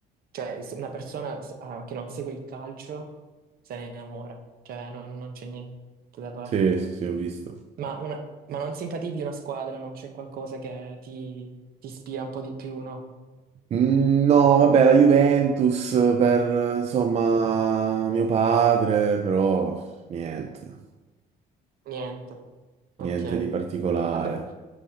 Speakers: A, on the right; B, on the right.
A: cioè se una persona s- ah, che non segue il calcio se ne innamora, cioè non, non c'è niente da fare.
B: Sì, sì, sì, ho visto.
A: Ma, una- ma non simpatizzi una squadra, non c'è qualcosa che ti, ti ispira un po' di più, no?
B: Mm, No, vabbè, la Juventus per, insomma, mio padre, però niente,
A: Niente. Ok.
B: niente di particolare.
A: Vabbè,